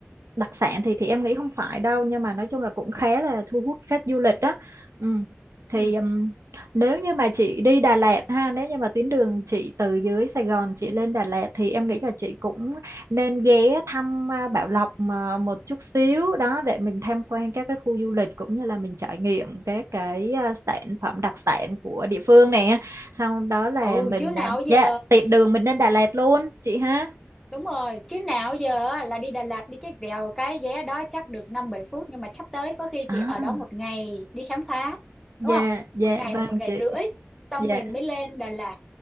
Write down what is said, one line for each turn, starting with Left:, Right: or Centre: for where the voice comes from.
Right: đặc sản thì thì em nghĩ không phải đâu nhưng mà nói chung là cũng khá là thu hút khách du lịch đó. Ừm, Thì
Centre: ừ
Right: ừm, nếu như mà chị đi Đà Lạt ha, nếu như mà tuyến đường chị từ dưới Sài Gòn chị lên Đà Lạt thì em nghĩ là chị cũng nên ghé thăm à, Bảo Lộc mà một chút xíu đó để mình tham quan các cái khu du lịch cũng như là mình trải nghiệm các cái à, sản phẩm đặc sản của địa phương nè sau đó là
Centre: ừ
Right: mình
Centre: chứ
Right: à,
Centre: nào giờ
Right: dạ tiện đường mình lên Đà Lạt luôn chị ha
Centre: đúng rồi chứ nào giờ á, là đi Đà Lạt đi cái vèo cái vé đó chắc được năm bảy phút nhưng mà sắp tới có khi
Right: À.
Centre: chị ở đó một ngày đi khám phá
Right: dạ
Centre: đúng không
Right: dạ
Centre: một ngày
Right: vâng
Centre: hoặc một ngày
Right: chị
Centre: rưỡi xong
Right: dạ
Centre: mình mới lên Đà Lạt